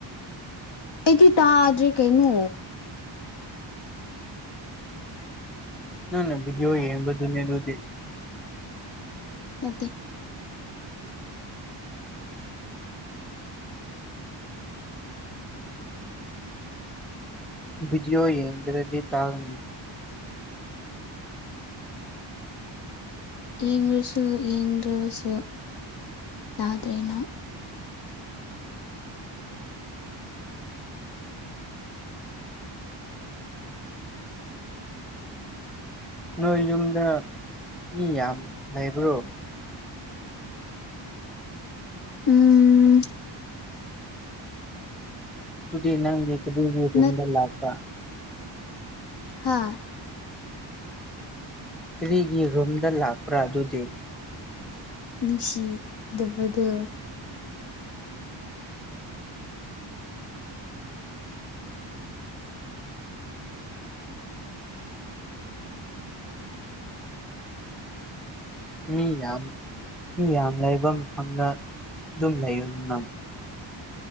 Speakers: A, on the left; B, in the centre.
A: ꯑꯩꯗꯤ ꯇꯥꯗ꯭ꯔꯦ ꯀꯩꯅꯣ
B: ꯅꯪꯅ ꯕꯤꯗꯤꯌꯣ ꯌꯦꯡꯕꯗꯨꯅꯦ ꯑꯗꯨꯗꯤ
A: ꯅꯠꯇꯦ
B: ꯕꯤꯖꯤꯑꯣ ꯏꯟꯗ꯭ꯔꯖꯤ ꯇꯥꯔꯅꯤ
A: ꯌꯦꯡꯁꯨ ꯌꯦꯡꯗ꯭ꯔꯕꯁꯨ ꯌꯥꯗ꯭ꯔꯦꯅ
B: ꯅꯣꯏ ꯌꯨꯝꯗ ꯃꯤ ꯌꯥꯝ ꯂꯩꯕ꯭ꯔꯣ
A: ꯎꯝ
B: ꯏ ꯅ ꯀ ꯁꯗꯔ
A: ꯅꯠ
B: ꯂꯥꯛꯇꯥ
A: ꯍꯥꯥ
B: ꯀꯔꯤꯒꯤ ꯔꯨꯝꯗ ꯂꯥꯛꯄ꯭ꯔꯥ ꯑꯗꯨꯗꯤ
A: ꯅꯨꯡꯁꯤꯗꯕꯗ
B: ꯃꯤ ꯌꯥꯝ ꯃꯤ ꯌꯥꯝ ꯂꯩꯕ ꯃꯐꯝꯗ ꯑꯗꯨꯝ ꯂꯩꯌꯨ ꯅ